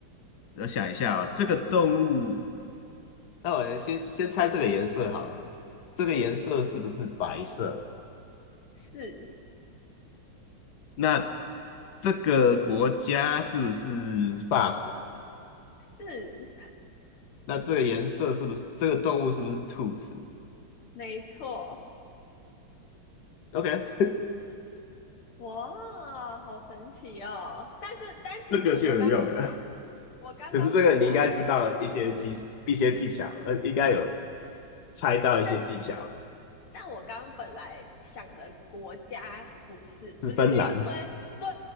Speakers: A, on the left; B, on the left.
A: 我想一下啊、哦这个动物，那我先先猜这个颜色好了。这个颜色是不是白色？
B: 嗯，是
A: 那这个国家是不是法国？
B: 是，
A: 那这个颜色是不是这个动物是不是兔子
B: 没错。
A: ？OK，
B: 哇，好神奇哦！但是，但其实我刚
A: 这个就有用了。
B: 我刚刚本来，
A: 可是这个你应该知道一些技一些技巧，呃，应该有猜到一些技巧，
B: 但是但我刚本来想的国家不是，
A: 是芬兰，
B: 只是因为对，